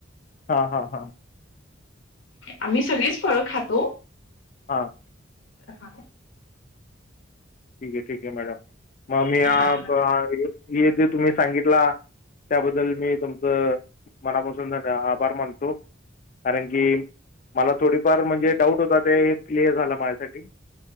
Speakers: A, on the left; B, on the left.
A: हा हा हां.
B: आम्ही सगळीच फळं खातो.
A: हां.
B: हा
A: ठीक आहे ठीक आहे मॅडम मग मी
B: हा
A: जे तुम्ही सांगितला... त्याबद्दल मी तुमचं मनापासून आभार मानतो. कारण की मला थोडीफार म्हणजे डाऊट होता ते क्लिअर झालं माझ्यासाठी.